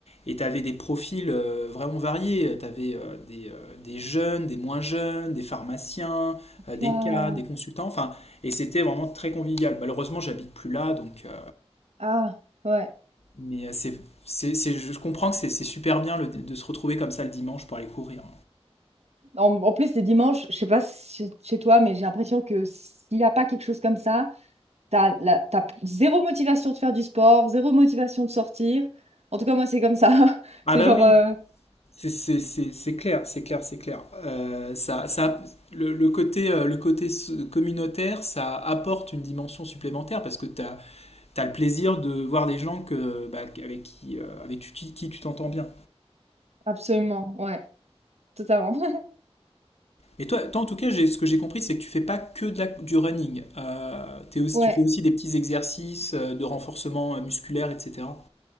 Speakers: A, on the left; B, on the right.
A: Et tu avais des profils euh, vraiment variés. Tu avais des, euh, des jeunes, des moins jeunes, des pharmaciens, euh, des
B: Ça-
A: cas, des consultants. Enfin, et c'était vraiment très convivial. Malheureusement, j'habite plus là, donc euh,
B: Ah, ouais.
A: mais euh, c'est, c'est, c'est- je comprends que c'est c'est super bien le- de se retrouver comme ça le dimanche pour aller courir.
B: En, en plus, les dimanches, je sais pas si chez toi, mais j'ai l'impression que s'il n'y a pas quelque chose comme ça, t'as, la- t'as zéro motivation de faire du sport, zéro motivation de sortir. En tout cas, moi, c'est comme ça. <laughs>
A: Ah
B: C'est
A: bah
B: genre.
A: oui,
B: euh,
A: c'est c'est- c'est- c'est clair, c'est clair, c'est clair. Euh, ça, ça, le, le côté, euh, le côté s- communautaire, ça apporte une dimension supplémentaire parce que tu as, le plaisir de voir des gens que, bah, avec qui, euh, avec tu- qui, qui tu t'entends bien.
B: Absolument, ouais, totalement. <laughs>
A: Mais toi, toi, en tout cas, j'ai- ce que j'ai compris, c'est que tu fais pas que de la- du running. Euh, t'es aussi,
B: Ouais,
A: tu fais aussi des petits exercices euh, de renforcement euh, musculaire, etc.